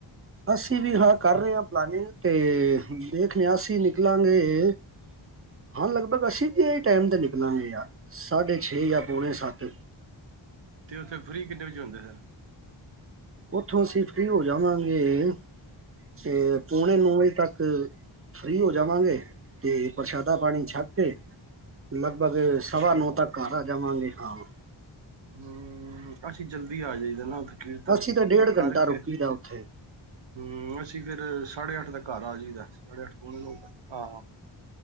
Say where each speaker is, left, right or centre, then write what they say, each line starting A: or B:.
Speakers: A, on the right; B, on the right.
A: ਅਸੀਂ ਵੀ, ਹਾਂ ਕਰ ਰਹੇ ਹਾਂ ਪਲਾਨਿੰਗ ਤੇ ਦੇਖਦੇ ਹਾਂ। ਅਸੀਂ ਨਿਕਲਾਂਗੇ ਹਾਂ ਲਗ-ਭਗ ਅਸੀਂ ਇਹ ਟਾਈਮ ਤੇ ਨਿਕਲਾਂਗੇ ਆ ਸਾਢੇ ਛੇ ਜਾਂ ਪੌਨੇ ਸੱਤ।
B: ਤੇ ਉੱਥੇ ਫ੍ਰਰੀ ਕਿੰਨੇ ਵਜੇ ਹੁੰਦੇ ਫਿਰ?
A: ਉੱਥੋਂ ਅਸੀਂ ਫ੍ਰੀ ਹੋ ਜਾਵਾਂਗੇ ਤੇ, ਪੌਣੇ ਨੌ ਵਜੇ ਤੱਕ ਫ੍ਰੀ ਹੋ ਜਾਵਾਂਗੇ। ਤੇ ਪ੍ਰਸ਼ਾਦਾ ਪਾਨੀ ਛੱਕ ਕੇ ਲਗ-ਭਗ
B: ਅੱਛਾ
A: ਸਵਾ ਨੌ ਤੱਕ ਘਰ ਆ ਜਾਵਾਂਗੇ। ਆ ਹੋ।
B: ਹੂੰ ਅਸੀਂ ਜਲਦੀ ਆ ਜਾਈਦਾ ਨਾ। ਕੀਰਤਨ
A: ਅਸੀਂ ਤਾਂ
B: ਆਪਣਾ
A: ਡੇਢ ਘੰਟਾ
B: ਕਰਕੇ,
A: ਰੁਕੀ ਦਾ ਉੱਥੇ
B: ਹੂੰ ਅਸੀਂ ਫੇਰ ਸਾਢੇ ਅੱਠ ਤੱਕ ਘਰ ਆ ਜਾਈਦਾ। ਸਾਢੇ ਅੱਠ ਪੌਣੇ ਨੋ ਤੱਕ ਆਹ।